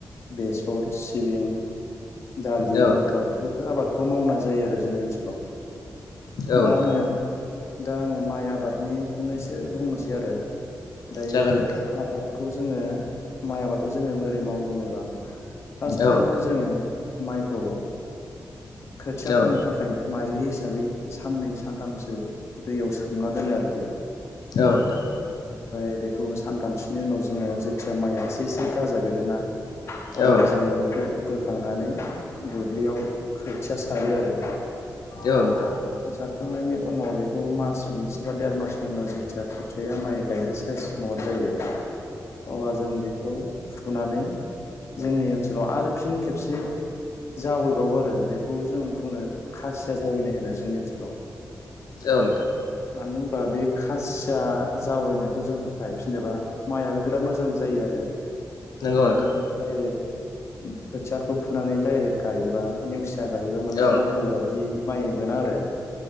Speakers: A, on the left; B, on the left.
A: बेसर, सिबिं, दालि,
B: औ
A: मथर
B: नोंथां
A: आबादखौ मावनाय जायो आरो जोंनि ओनसोलाव।
B: औ
A: दा
B: नोंथां
A: आङो दा आङो माइ आबादनिखौनो एसे बुंनोसै आरो। दायो
B: जागोन नोंथां
A: आबाद खौ जोङो माइ आबादखौ जोङो बोरै मावो होनोबा फार्स्ट
B: औ नोंथां औ
A: टाइमाव
B: नोंथां
A: जोङो माइखौ खोथिया
B: औ नोंथां औ नोंथां औ
A: फोनो थाखाय माइलि हिसाबै साननै सानथामसो दैयाव सोमना दोनो आरोखि
B: औ नोंथां।
A: ओमफ्राय बेखौ सानथामसोनि उनाव जोङो जेथिया माइया एसे एसे गाजा बेरोना? अब्ला
B: औ नोंथां
A: जों बेखौ बोखांनानै दुब्लियाव खोथिया सारो आरो।
B: औ नोंथां।
A: खोथिया सारखांनायनि उनाव बेखौ मास मोनसे बा देर मासनि उनाव जेथिया खोथियाया माइ गायनो साइस महर जायो अब्ला जों बेखौ फुुनानै जोंनि ओनसोलाव आरो फिन खेबसे जावैबावो आरो। बेखौ बेखौ जों बुङो खासिया जावैनाय होनो जोंनि ओनसोलाव।
B: औ नोंथां।
A: मानो होनबा बे खासिया जावैनायखौ जों गायफिनोबा माइआबो बिराद मोजां जायो आरो।
B: नंगौ नोंथां
A: नों डाइरेक्ट खोथियाखौ फुनानै डाइरेक्ट गायोबा नेवसिया गायोबा माने
B: औ
A: नांगौ
B: नोंथां
A: बायदि माइ मोना आरो।